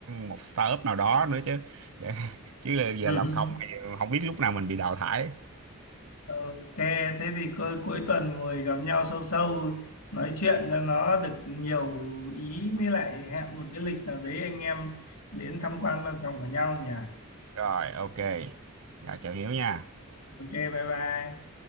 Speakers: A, on the right (about 75°); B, on the left (about 85°).
A: một startup nào đó nữa chứ để, <laughs> chứ là giờ
B: <laughs>
A: làm không thì không biết lúc nào mình bị đào thải
B: Ok, thế thì cuối cuối tuần ngồi gặp nhau sâu sâu nói chuyện cho nó được nhiều ý mới lại hẹn một cái lịch nào đấy anh em đến tham quan văn phòng của nhau nhỉ.
A: rồi ok dạ chào Hiếu nha
B: Ok, bye bye.